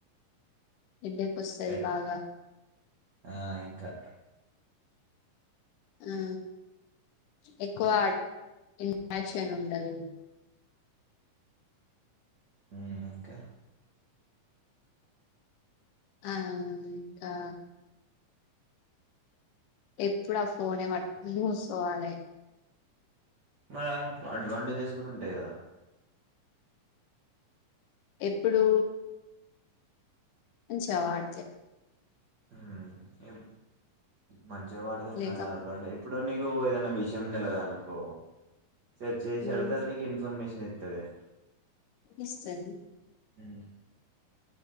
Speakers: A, on the left (about 75°); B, on the right (about 85°).
A: హెడేక్ వస్తది
B: ఎట్-
A: బాగా
B: ఆ ఇంకా
A: ఆ ఎక్కువ ఇంట్రాక్షన్ ఉండదు
B: హ్మ్ ఇంకా
A: ఆ ఇంకా ఎప్పుడు ఆ ఫోనే పట్టుకొని కుసోవాలె
B: మరి అడ్వాంటేజెస్ కూడా ఉంటాయి కదా
A: ఎప్పుడు మంచి గా వాడుతే
B: ఉమ్ ఏ మంచిగా వాడతాను
A: లేకపో
B: కదా అడ్వంటే ఇప్పుడు నీకు ఏదన్నా విషయం తెలియదు అనుకో సర్చ్ చేసి
A: మ్
B: అడుగుతే అది నిక్ ఇన్ఫర్మేషన్ అతది
A: ఇస్తయి
B: ఉమ్